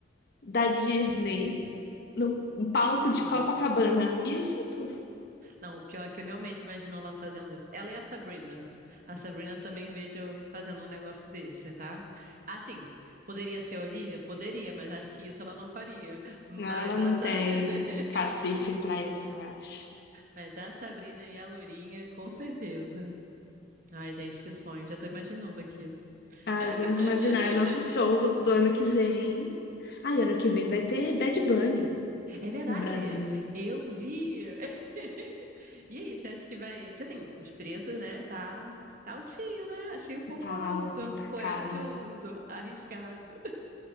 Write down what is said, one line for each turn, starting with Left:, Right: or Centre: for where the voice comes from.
Left: da Disney no um palco
Right: Nossa.
Left: de Copacabana. Isso é tudo.
Right: Não, o pior é que eu realmente imagino ela fazendo isso. Ela e a Sabrina. A Sabrina também vejo fazendo um negócio desse, tá? Assim, poderia ser a Olivia? Poderia, mas acho que isso ela não faria. Mas
Left: Não, ela
Right: essa.
Left: não tem
Right: <laughs>
Left: cacife pra isso, eu acho.
Right: Mas a Sabrina e a Lourinha, com certeza. Ai, gente, que sonho. Já tô imaginando aqui.
Left: Ai, vamos
Right: <laughs>
Left: imaginar nosso show do, do ano que vem. Ai, ano que vem vai ter Bad Bunny
Right: É verdade.
Left: no Brasil.
Right: Eu vi. <laughs> E aí, você acha que vai. Se, Assim, os preços, né? Tá, tá altinho, né? Achei um pouco
Left: Tá
Right: alto.
Left: alto, tá
Right: Corajoso,
Left: caro.
Right: arriscado.